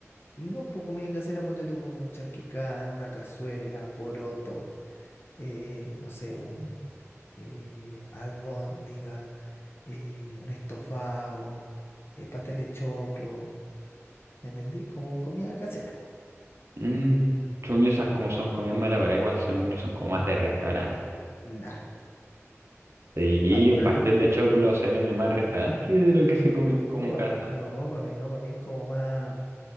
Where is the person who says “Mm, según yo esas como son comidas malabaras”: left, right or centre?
Right